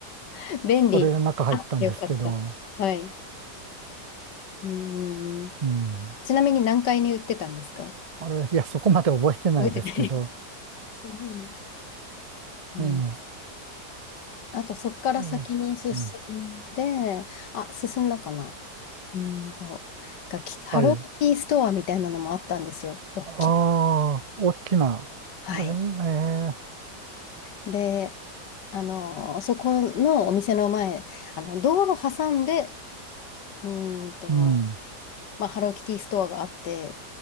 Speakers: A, on the left; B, on the right.
A: <laughs> 便利。
B: それで中入ったんですけど、
A: あ、よかった。はい。うんん
B: うん。
A: ちなみに何階に売ってたんですか
B: あれ、いや、そこまで覚えてないですけど、
A: 覚えてない。うんうんうん
B: うん。
A: あと、そこから先に進んで、
B: うん。うん
A: あ、進んだかな。うーんと、がき、ハローキティストアみたいなのもあったんですよ。
B: はい。
A: 大き
B: ああ、大きな。
A: はい。
B: だね、えー、
A: で、あの、そこのお店の前、あの、道路挟んで、うーんと、
B: うん。
A: まあ、ハローキティストアがあって、